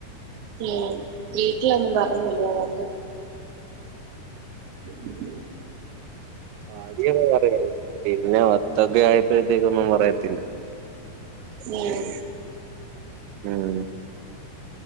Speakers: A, on the right; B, on the right.
A: ഏ വീട്ടിലൊന്നും പറഞ്ഞില്ലെ അന്നട്ട് ഉം
B: അധിക പറയത് പിന്നെ മൊത്തൊക്കെ ആയപ്പോത്തേക്കൊന്നും പറയത്തില്ല
A: ആഹ്
B: ഉം